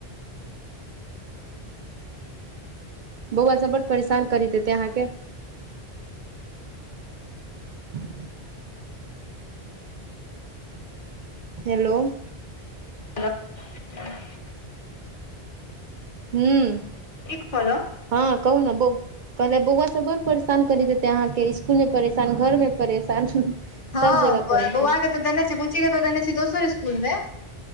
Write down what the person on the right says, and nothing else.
बौआ सब बड़ परेशान करैत हेतै अहाँके ह <inaudible> हेलो
हूम्
हाँ कहु ना बौ कहलियै बौआ सब बड़ परेशान करैत हेतै अहाँके स्कुल मे परेशान घर मे परेशान सब
जगह परेशान